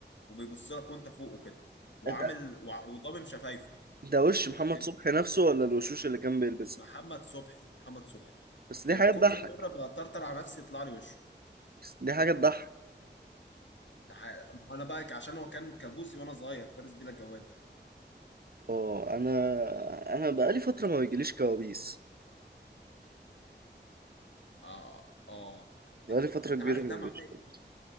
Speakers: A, on the left (about 85°); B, on the right (about 55°).
A: وبيبص لك وانت فوقه كده وعامل
B: انت
A: وع- وضامم شفايفه
B: ده وش محمد
A: كان
B: صبحي نفسه ولا الوشوش اللي كان بيلبسها
A: محمد صبحي محمد صبحي
B: بس دي
A: كان
B: حاجة
A: كل
B: تضحك
A: مره بطرطر على نفسي يطلع لي وشه
B: بس دي حاجة تضحك
A: تع- انا بقى عشان هو كان كابوسي وانا صغير فارس بيلا الجواد ده
B: اه انا انا بقالي فترة ما بيجيليش كوابيس
A: اه اه
B: بقالي
A: انت
B: فترة
A: أنت
B: كبيرة
A: عارف
B: ما
A: ده
B: بيجيليش
A: معناه
B: كوابيس
A: ايه؟